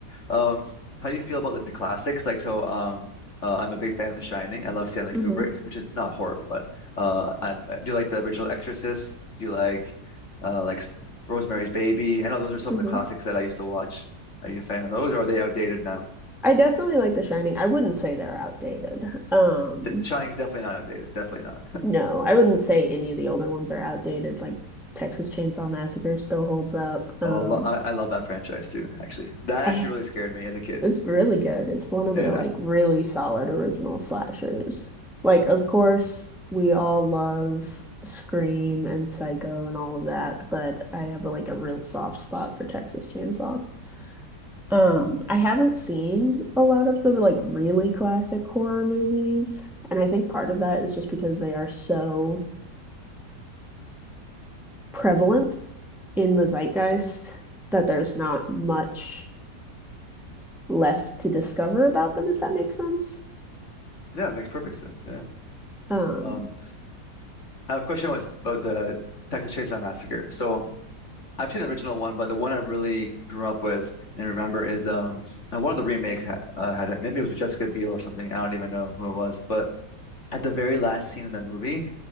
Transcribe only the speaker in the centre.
hmm
hmm
I definitely like The Shining. I wouldn't say they're outdated. Um,
no, I wouldn't say any of the older ones are outdated. Like Texas Chainsaw Massacre still holds up. Um,
I
It's really good. It's one of
the like really solid original slashers. Like, of course, we all love Scream and Psycho and all of that, but I have like a real soft spot for Texas Chainsaw. Um, I haven't seen a lot of the like really classic horror movies, and I think part of that is just because they are so prevalent in the
zeitgeist that there's not much left to discover about them, if that makes sense.
Um,